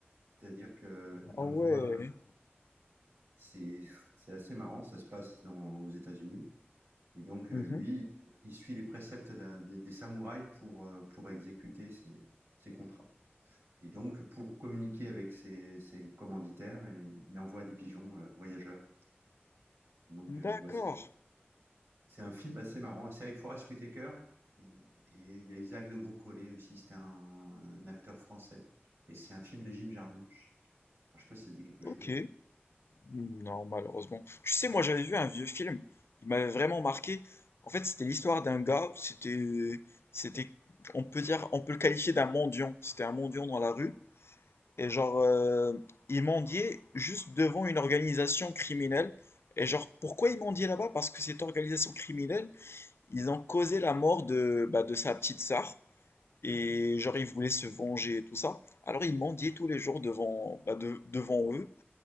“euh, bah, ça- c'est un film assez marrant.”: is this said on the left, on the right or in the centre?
Right